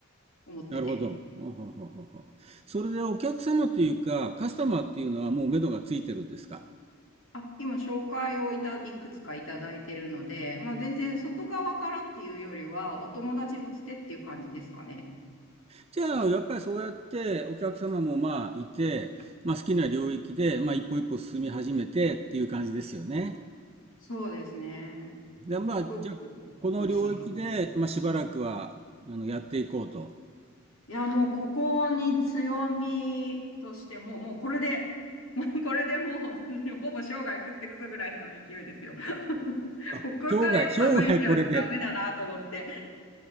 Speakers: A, on the left (about 75°); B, on the right (about 30°).
A: 思ってて。
B: なるほど。ほうほうほうほうほうそれでお客様というか、カスタマーっていうのはもう目処がついてるんですか
A: あ、今紹介をいた、いくつかいただいているので、まあ全然外側からっていうよりは、お友達のつてっていう感じですかね。
B: じゃあ、やっぱりそうやってお客様もまあいて、まあ好きな領域で、まあ一歩一歩進み始めてっていう感じですよね。
A: うんそうですね。
B: で、まあ、
A: すごく
B: じゃあ、この領域で、
A: 楽しいかな。
B: まあしばらくは、
A: うん
B: あの、やっていこうと。
A: いや、もうここに強みとして、もう、もうこれで、<laughs> もうこれでもう、<laughs> ほぼ生涯食ってくぞぐらいの勢いですよ。<laughs>
B: あ、
A: ここからやっぱブレちゃうとダメだなと思って。
B: 生涯、生涯これで、